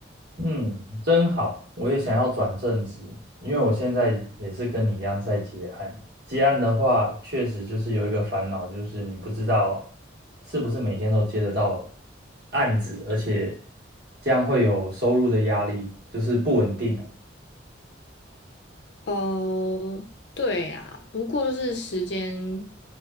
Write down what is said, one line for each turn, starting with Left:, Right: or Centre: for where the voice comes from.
Right: 嗯，真好，我也想要转正职，因为我现在也是跟你一样在接案。接案的话，确实就是有一个烦恼，就是你不知道是不是每天都接得到案子，而且将会有收入的压力，就是不稳定啊。
Left: 哦，对啊，不过就是时间